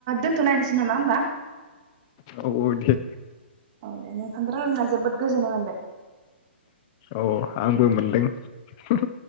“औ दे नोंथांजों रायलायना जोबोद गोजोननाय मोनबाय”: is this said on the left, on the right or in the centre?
Right